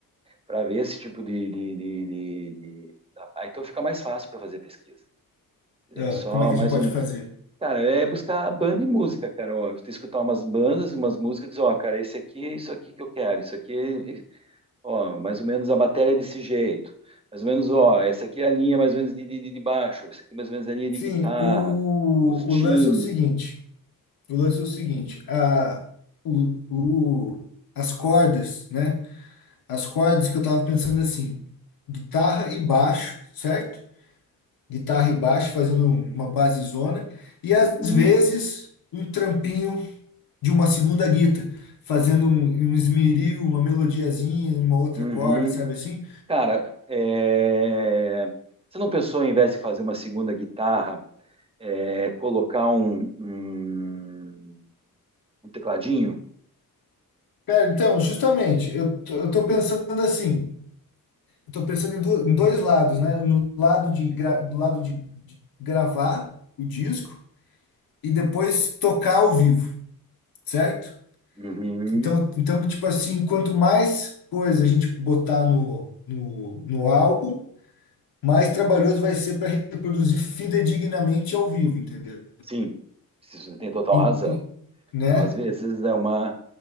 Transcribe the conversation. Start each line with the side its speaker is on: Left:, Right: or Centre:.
Right: Para ver esse tipo de... de, de, de- de- Ah, então fica mais fácil para fazer pesquisa. É
Left: ah,
Right: só
Left: como é que
Right: mais
Left: a gente pode
Right: ou
Left: fazer?
Right: Cara, é buscar banda e música, cara. Ó, tu escutar umas bandas e umas músicas, diz, ó, cara, esse aqui é isso aqui que eu quero, isso aqui, é- ó, mais ou menos a bateria é desse jeito, mais ou menos, ó, essa aqui é a linha mais ou menos de, de, de baixo, essa aqui é mais ou menos é a linha de
Left: Sim,
Right: guitarra,
Left: o,
Right: os timbres.
Left: o lance é o seguinte. O lance é o seguinte, a, o, o, as cordas, né? As cordas que eu tava pensando assim, guitarra e baixo, certo? Guitarra e baixo fazendo uma basezona e às
Right: Uhum,
Left: vezes um trampinho de uma segunda guita, fazendo um, um esmeril, uma melodiazinha em uma outra
Right: uhum.
Left: corda, sabe assim?
Right: Cara, é... você não pensou, em vez de fazer uma segunda guitarra, é, colocar um, um, um tecladinho?
Left: Cara, então, justamente, eu, tô- eu tô pensando assim, eu tô pensando em, do- em dois lados, né? No lado de gra- do lado de de gravar o disco e depois tocar ao vivo, certo?
Right: Uhum.
Left: Então, então, tipo assim, quanto mais coisa a gente botar no, no, no álbum, mais trabalhoso vai ser para reproduzir fidedignamente ao vivo, entendeu?
Right: Sim, você tem total
Left: Em-
Right: razão.
Left: em- né?
Right: Então, às vezes é uma